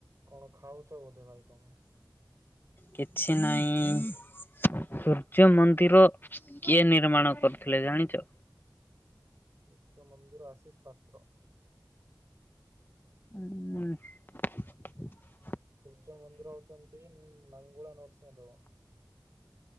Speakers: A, on the right; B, on the left.
A: କଣ ଖାଉଛ ବୋଧେ ଭାଇ ତୁମେ
B: କିଛି ନାହିଁ। ମନ୍ଦିର କିଏ ନି ନିର୍ମାଣ କରିୁଥିଲେ ଜାଣିଛ।
A: ଶ୍ରୀକୃଷ୍ଣ ମନ୍ଦିର ଆଶିଷ ପାତ୍ର।
B: ଉଁ,
A: ସୂର୍ଯ୍ୟ ମନ୍ଦିର ଅଛନ୍ତି, ଉଁ, ଲାଙ୍ଗୁଳା ନରସିଂହ ଦେବ।